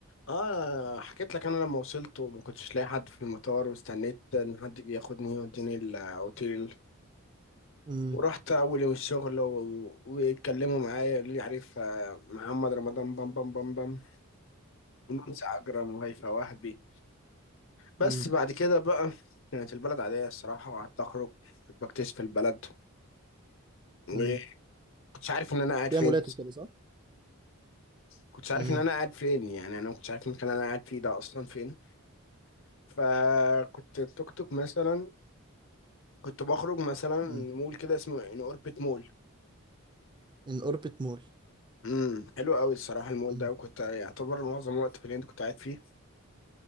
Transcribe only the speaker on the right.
امم
امم
امم
فيها
مولات وكده صح
امم
امم
ان اوربت مول
امم